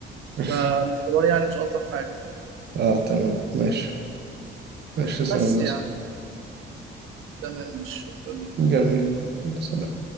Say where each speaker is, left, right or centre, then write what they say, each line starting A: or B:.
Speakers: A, on the right; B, on the right.
A: <laughs>
B: فالحوار يعني مش ألطف حاجة
A: اه تمام ماشي ماشي تسلم
B: بس
A: يا هندسه
B: يعني تمام مش شكرا
A: جميل يلا، سلام